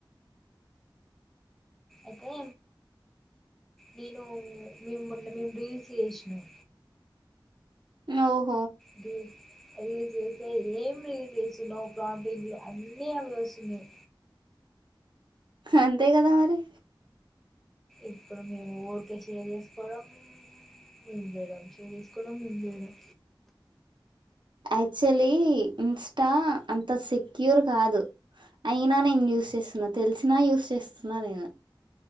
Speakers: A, in the centre; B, on the right.
A: ఓకే నేను మేము మొన్న మీము రీల్స్ చేసినం
B: ఆవు
A: బ రెల్స్ చేస్తే ఏం రిల్స్ చేస్తున్నావు ప్రంది అన్నీ అవె వస్తున్నాయి
B: అంతే కదా మరి
A: ఇప్పుడు మేము ఊరికే చేసుకోవడం మేము చేద్దం ేర్ చేసుకోవడం మేము చేలేం
B: యాక్చువలీ ఇన్స్టా అంత సెక్యూర్ కాదు అయినా నేను యూస్్ చేస్తున్నా తెలిసినా యూస్్ చేస్తున్నా నేను